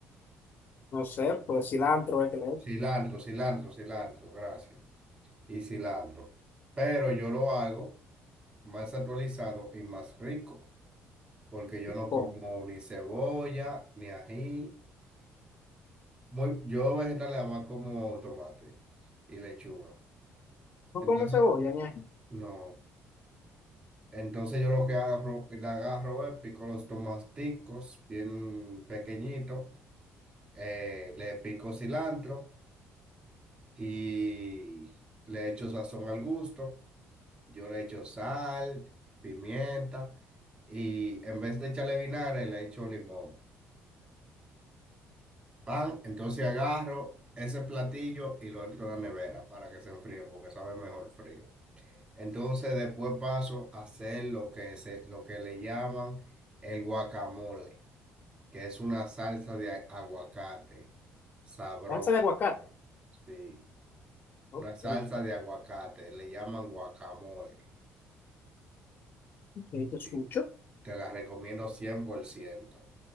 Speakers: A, on the left; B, on the right.
A: no sé, pues cilantro, el que le
B: Cilantro,
A: eche.
B: cilantro, cilantro, gracias. Y cilantro. Pero yo lo hago más actualizado y más rico, porque yo no
A: Pon.
B: como ni cebolla, ni ají. Muy, yo vegetal le más como tomate y lechuga.
A: No
B: Entonces,
A: come cebolla ni ají.
B: no. Entonces yo lo que agarro, le agarro es pico los tomaticos bien pequeñitos, eh, le pico cilantro y le echo sazón al gusto. Yo le echo sal, pimienta y en vez de echarle vinagre le echo limón. Pan, entonces agarro ese platillo y lo entro a la nevera para que se enfríe porque sabe mejor frío. Entonces después paso a hacer lo que se, lo que le llaman el guacamole, que es una salsa de a- aguacate, sabroso,
A: Salsa de aguacate.
B: sí.
A: Ok,
B: Una salsa
A: ok,
B: de aguacate, le llaman guacamole.
A: te escucho.
B: sí. Te la recomiendo cien por ciento